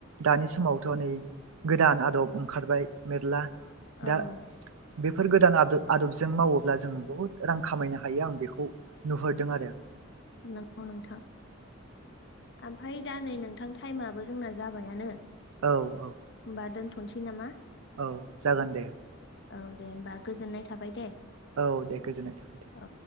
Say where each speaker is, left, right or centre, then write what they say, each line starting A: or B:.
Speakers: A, on the right; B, on the left.
A: दानि समावथ' नै गोदान आदब ओंखारबाय मेरला
B: औ
A: दा बेफोर गोदान आदो-आदबजों मावोब्ला जों बुहुत रां खामायनो हायो आं बेखौ नुहरदों आरो
B: नंगौ नोंथां ओमफ्राय दा नै नोंथां टाइमाबो जोंना जाबायानो
A: औ औ
B: होमबा दोनथ'नोसै नामा
A: औ जागोन दे
B: औ दे होनबा गोजोननाय थाबाय दे
A: औ दे गोजोननाय थाबाय दे
B: औ